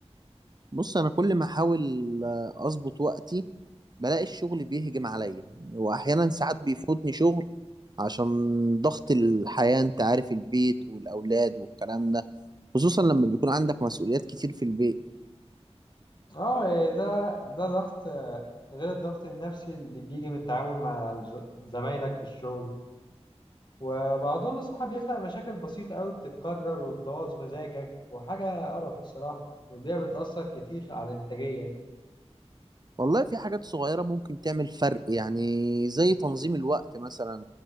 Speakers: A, on the right (about 40°); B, on the left (about 45°).
A: بص انا كل ما احاول آه، اظبط وقتي بلاقي الشغل بيهجم عليا واحيانا ساعات بيفوتني شغل عشان ضغط الحياة انت عارف البيت والاولاد والكلام ده خصوصا لما بيكون عندك مسؤوليات كتير في البيت
B: اه إيه ده ده ضغط آه، غير الضغط النفسي اللي بيجي من التعامل مع الز- زمايلك في الشغل وبعضهم الصراحة بيخلق مشاكل بسيطة قوي بتتكرر وبتبوظ مزاجك وحاجة قرف الصراحة والبيئة بتأثر كتير على الإنتاجية
A: والله في حاجات صغيرة ممكن تعمل فرق يعني زي تنظيم الوقت مثلا